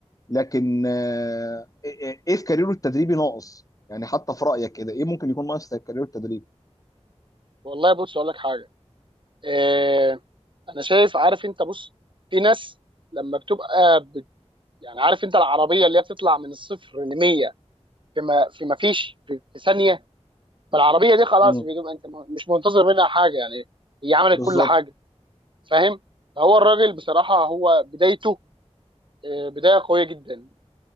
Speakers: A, on the left; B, on the right.
A: لكن آه، ايه إيه إيه في كاريره التدريبي ناقص يعني حتى في رايك كده ايه ممكن يكون ناقص في كاريره التدريب
B: والله بص اقول لك حاجه إيه انا شايف عارف انت بص في ناس لما بتبقى بت يعني عارف انت العربيه اللي هي بتطلع من الصفر ل 100 في ما في ما فيش في, في ثانيه فالعربيه دي خلاص
A: مم.
B: بتبقى انت م- مش منتظر منها حاجه يعني هي عملت
A: بالظبط
B: كل حاجه فاهم فهو الراجل بصراحه هو بدايته آه، بدايه قويه جدا